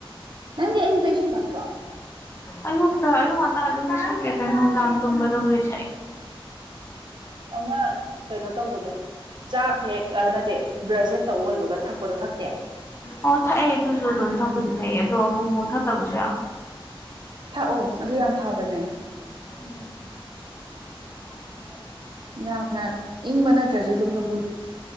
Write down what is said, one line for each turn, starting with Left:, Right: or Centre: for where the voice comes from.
Right: ꯅꯪꯗꯤ ꯑꯌꯨꯛꯇ ꯏꯁꯤꯡ ꯊꯛꯇ꯭ꯔꯣ
Left: ꯑꯌꯨꯛꯇ ꯑꯌꯨꯛ ꯉꯟꯇꯥꯗꯗꯤ ꯁꯛꯀꯦꯗ ꯅꯨꯡꯗꯥꯡ ꯇꯨꯝꯒꯗꯕꯨꯗꯤ ꯁꯛꯏ
Right: ꯑꯃ ꯀꯩꯅꯣ ꯇꯧꯕꯗꯣ ꯆꯥꯛ ꯍꯦꯛ ꯀꯥꯟꯅꯗꯦ ꯕ꯭ꯔꯁꯦꯠ ꯇꯧꯕ ꯑꯣꯏꯕꯒ ꯊꯛꯄꯗꯣ ꯊꯛꯇꯦ
Left: ꯑꯣ ꯊꯛꯑꯦ ꯑꯗꯨꯁꯨ ꯑꯗꯨꯝ ꯊꯛꯄꯨꯗꯤ ꯊꯛꯑ ꯑꯗꯣ ꯑꯃꯨꯛ ꯑꯃꯨꯛ ꯊꯛꯇꯕꯁꯨ ꯌꯥ ꯌꯥꯝ
Right: ꯊꯥꯛꯑꯣ ꯑꯗꯨ ꯌꯥꯝ ꯐꯕꯅꯦ
Left: ꯔ
Right: ꯌꯥꯝꯅ ꯏꯪꯕ ꯅꯠꯇ꯭ꯔꯁꯨ ꯑꯗꯨꯝ ꯂꯣꯡꯒꯨꯜ